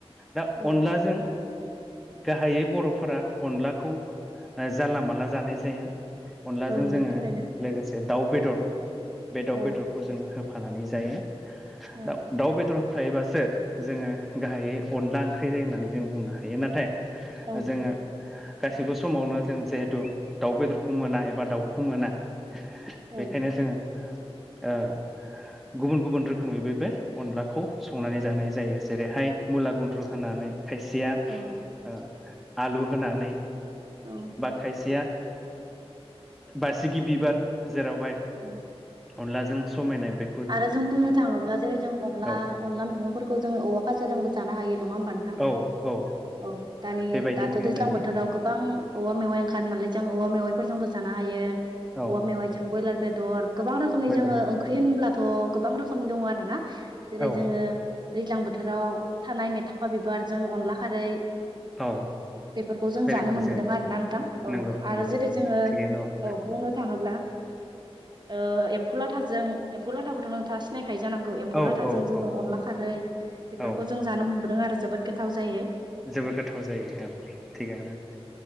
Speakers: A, in the centre; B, on the right.
A: दा
B: औ
A: अनलाजों गाहायै बर'फोरा अनलाखौ जानला मानला जानाय जाया अनलाजों
B: औ नंगौ
A: जोङो
B: थारैनो
A: लोगोसे दाउ बेदर बे दाउ
B: औ
A: बेदरखौ जोङो हो फानानै जायो
B: औ
A: दा दाउ बेदर फ्रायबासो जोङो गाहायै अनला ओंख्रि जायो होननानै जों बुंनो हायो नाथाय
B: औ
A: जोङो गासिबो समावनो जों जिहेथु दाउ बेदरखौ मोना एबा दाउखौ मोना
B: औ
A: बेखायनो जोङो ओ गुबुन गुबुन रोखोमै बे बे अनला खौ संनानै जानाय जायो जेरैहाय मुला गुन्द्रु होनानै खायसेया
B: औ
A: ओ आलु होनानै
B: औ
A: बा खायसेया बासिगि बिबार जेरावहाय
B: औ
A: अनलाजों समायनाय बे
B: आरो जों बुंनो थाङोब्ला जेरै जों अनला
A: औ
B: अनला मैगंफोरखौ जों औवा खाजाजोंबो जानो हायो नङा होमबानोथाङ
A: औ औ
B: औ दानि
A: बेबायदि
B: दाथ'
A: जों
B: दैज्लां
A: जायो
B: बोथोराव गोबां औवा मेवाइ ओंखार नालाय जों औवा मेवाइफोरजोंबो जानो हायो
A: औ
B: औवा मेवाइ जों बयलार बेदर गोबां रोखोमनि
A: बयलारबो
B: जोङो ओंख्रि होनब्लाथ' गोबां रोखोमनि दङ आरो ना जेरै
A: औ
B: जोङो दैज्लां बोथोराव थानाय मेथाफा बिबारजों अनला खारै
A: औ
B: बेफोरखौ जों
A: बे
B: जानो
A: रोखोमै
B: मोनबोदों
A: जोङो
B: आरोना नोंथां औ
A: नंगौ
B: आरो
A: नंगौ
B: जेरै
A: नोंथां
B: जोङो औ
A: थिगैनो दङ
B: बुंनो थाङोब्ला ओ एम्फौ लाथाजों एमफौ लाथाखौथ' नों सिनायखायो जानांगौ एम्फौ
A: औ
B: लाथाजों
A: औ
B: जोङो
A: औ
B: अनला खारै बेफोरखौ
A: औ
B: जों जानो मोनबोदों आरो जोबोद गोथा गोथाव जायो
A: जोबोद गोथाव जायो औ थिगानो